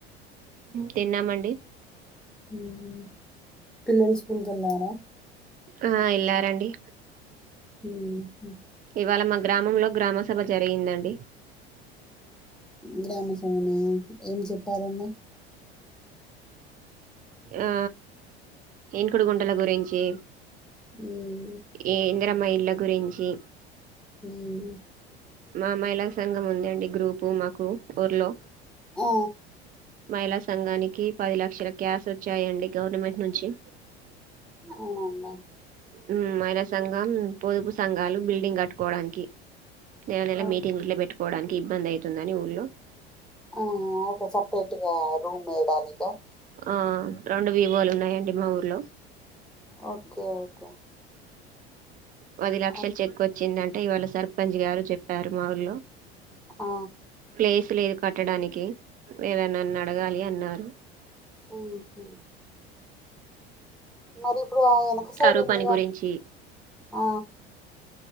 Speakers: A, on the right (about 25°); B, in the centre.
A: తిన్నామండి
B: ఉమ్ పిల్లలు స్కూల్కి వెళ్ళారా
A: ఆ ఎల్లారండి
B: ఉమ్ హు
A: ఇవాళ మా గ్రామంలో గ్రామసభ జరిగిందండి
B: గ్రామ సభనా ఏం చెప్పారండి
A: ఆ ఇంకుడుగుంటల గురించి
B: ఉమ్
A: ఈ ఇందిరమ్మ ఇండ్ల గురించి
B: ఉమ్
A: మా మహిళా సంఘం ఉంది అండి గ్రూపు మాకు ఊర్లో
B: ఆ
A: మహిళా సంఘానికి పది లక్షల క్యాష్ వచ్చాయండి గవర్నమెంట్ నుంచి
B: అవునండి
A: ఉ మహిళా సంఘం పొదుపు సంఘాలు బిల్డింగ్ కట్టుకోవడానికి నెల నెల
B: ఓకే
A: మీటింగ్ ఇట్ల పెట్టుకోవడానికి ఇబ్బంది అవుతుందని ఊళ్ళో
B: ఆ ఒక సపరేట్గా రూమ్ వేయడానిక
A: ఆ రెండు వివోలు ఉన్నాయండి మా ఊర్లో
B: ఓకే ఓకే
A: పది లక్షలు
B: ఆ
A: చెక్ వచ్చిందంటే ఇవాళ సర్పంచ్ గారు చెప్పారు మాఊల్లో
B: ఆ,
A: ప్లేస్ లేదు కట్టడానికి అదైన నన్ను అడగాలి అన్నారు
B: ఉ హు మరి ఇప్పుడు వెనక సైడ్
A: కరువు
B: ఉందిగా
A: పని గురించి
B: ఆ